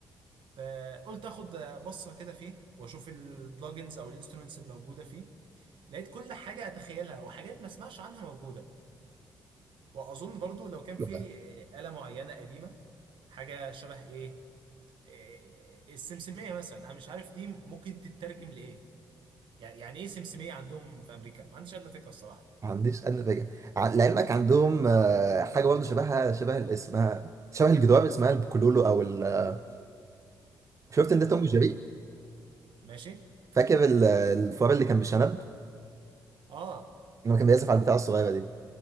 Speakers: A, on the right; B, on the right.
A: فقلت اخد بصه كده فيه واشوف البلوجنز او الانسترومنتس الموجوده فيه لقيت كل حاجه اتخيلها وحاجات ما اسمعش عنها موجوده واظن برضو لو كان
B: حلو
A: في
B: ده
A: آه، آلة معينه قديمه حاجه شبه ايه آه، السمسميه مثلا انا مش عارف دي ممكن تترجم لايه يعني يعني ايه سمسميه عندهم في امريكا ما عنديش ادنى فكره الصراحه
B: ما عنديش أدنى فكرة ع- لعلمك عندهم آه، حاجة برضه شبهها شبه ال- اسمها شبه الجدار اسمها البوكلولو أو ال... شفت إن ده
A: آه،
B: توم وجيري
A: ماشي
B: فاكر ال- الفار اللي كان بشنب
A: اه
B: لما كان بيعزف على البتاعة الصغيرة دي